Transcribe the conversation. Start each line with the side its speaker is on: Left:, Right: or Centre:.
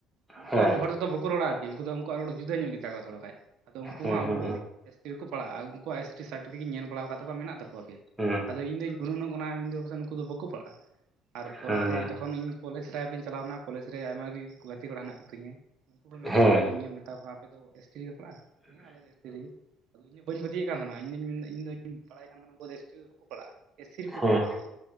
Right: ᱱᱩᱠᱩ
Centre: ᱦᱮᱸ
Right: ᱟᱵᱚ ᱦᱚᱲ ᱛᱮᱫᱚ ᱵᱟᱠᱚ ᱨᱚᱲᱟ᱾ ᱟᱨᱠᱤ ᱩᱱᱠᱩ ᱫᱚ ᱩᱱᱠᱩᱣᱟ-ᱜ ᱨᱚᱲ ᱡᱩᱫᱟᱹ ᱧᱚᱜ ᱜᱮᱛᱟ ᱠᱚᱣᱟ᱾ ᱛᱷᱚᱲᱟ ᱠᱷᱟᱡ ᱟᱫᱚ ᱩᱱᱠᱩ
Centre: ᱦᱮᱸ
Right: ᱦᱚᱸ ᱟᱵᱚ
Centre: ᱦᱮᱸ
Right: ᱮᱥ ᱴᱤ ᱨᱮᱠᱚ ᱯᱟᱲᱟᱜᱼᱟ᱾ ᱩᱱᱠᱩᱣᱟᱜ ᱮᱥ ᱴᱤ ᱥᱟᱭᱴᱳᱯᱤᱠᱮᱴ ᱧᱮᱞ ᱵᱟᱲᱟ ᱠᱟᱫ ᱛᱟᱠᱚᱣᱟ᱾ ᱢᱮᱱᱟᱜ ᱛᱟᱠᱚᱣᱟ ᱯᱷᱤᱨ
Centre: ᱦᱮᱸ
Right: ᱟᱫᱚ ᱤᱧᱫᱚᱧ ᱜᱩᱱᱟᱹᱱᱚᱜ ᱠᱟᱱᱟ ᱢᱤᱫᱟᱹ ᱯᱟᱥᱮᱡ ᱱᱩᱠᱩ ᱫᱚ ᱵᱟᱠᱚ ᱯᱟᱲᱟᱜᱼᱟ ᱾ ᱟᱨ ᱯᱚᱨᱮ
Centre: ᱦᱮᱸ
Right: ᱛᱮ ᱡᱚᱠᱷᱚᱱ ᱤᱧ ᱠᱚᱞᱮᱡᱽ ᱞᱟᱭᱤᱯᱷ ᱨᱤᱧ ᱪᱟᱞᱟᱣᱱᱟ᱾ ᱠᱚᱞᱮᱡᱽ ᱨᱮ ᱟᱭᱢᱟ ᱰᱤᱨ ᱜᱟᱛᱮ ᱠᱚᱲᱟ ᱦᱮᱱᱟᱜ ᱠᱚᱛᱤᱧᱟ᱾ ᱩᱱᱠᱩ ᱦᱚᱸ ᱢᱮᱱᱟᱜ
Centre: ᱦᱮᱸ
Right: ᱠᱚᱣᱟ ᱟᱫᱚ ᱤᱧ ᱢᱮᱛᱟ ᱠᱚᱣᱟ ᱟᱯᱮ ᱫᱚ ᱮᱥ ᱴᱤ ᱨᱮᱜᱮ ᱯᱟᱲᱟᱜ-ᱟ᱾ ᱦᱮᱸ ᱟᱞᱮ ᱫᱚ ᱮᱥ ᱴᱤ ᱨᱮᱜᱤ ᱟᱫᱚ ᱤᱧ ᱵᱟᱹᱧ ᱯᱟᱛᱭᱟᱹ ᱠᱟᱱ ᱛᱟᱦᱮᱱᱟ ᱤᱧ ᱫᱚᱧ ᱢᱮᱱ ᱫᱟ ᱤᱧᱫᱚᱧ ᱵᱟᱲᱟᱭ ᱠᱟᱱ ᱛᱟᱦᱮᱱᱟ ᱾ᱩᱱᱠᱩ ᱫᱚ ᱮᱥ ᱴᱤ ᱨᱮᱫᱚ ᱵᱟᱠᱚ ᱯᱟᱲᱟᱜᱼᱟ᱾ ᱮᱥ ᱥᱤ ᱨᱮᱠᱚ
Centre: ᱦᱮᱸ
Right: ᱯᱟᱲᱟᱜᱼᱟ᱾ ᱩᱱᱠᱩ ᱫᱚ